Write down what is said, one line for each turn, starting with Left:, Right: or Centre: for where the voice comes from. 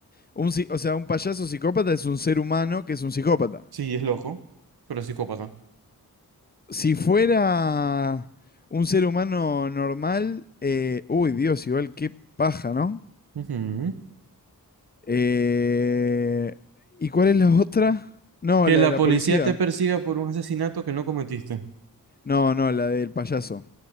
Left: Un, psi- o sea, un payaso psicópata es un ser humano que es un psicópata.
Right: Sí, es loco, pero es psicópata.
Left: Si fuera un ser humano normal, eh, uy, Dios, igual qué paja, ¿no?
Right: Ujú.
Left: Eh, ¿y cuál es la otra? No,
Right: Que
Left: la
Right: la
Left: de la
Right: policía
Left: policía.
Right: te persiga por un asesinato que no cometiste.
Left: No, no, la del payaso.